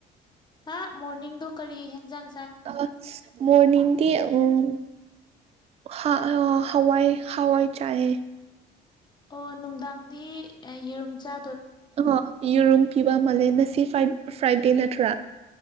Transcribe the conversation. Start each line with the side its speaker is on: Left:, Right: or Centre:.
Left: ꯑꯥ ꯃꯣꯔꯅꯤꯡꯗꯣ ꯀꯔꯤ ꯍꯦꯟꯖꯪ
Right: ꯑꯁ ꯃꯣꯔꯅꯤꯡꯗꯤ ꯎꯝ꯫ ꯍꯥ ꯍꯋꯥꯏ ꯍꯋꯥꯏ ꯆꯌꯦ꯫
Left: ꯑꯣ ꯅꯨꯡꯗꯥꯡꯗꯤ ꯌꯦꯔꯨꯝ ꯆꯥ
Right: ꯑꯣ ꯌꯦꯔꯨꯝ ꯄꯤꯕ ꯃꯥꯜꯂꯦ ꯉꯁꯤ ꯐ꯭ꯔꯥꯏꯗꯦ ꯅꯠꯇ꯭ꯔꯥ꯫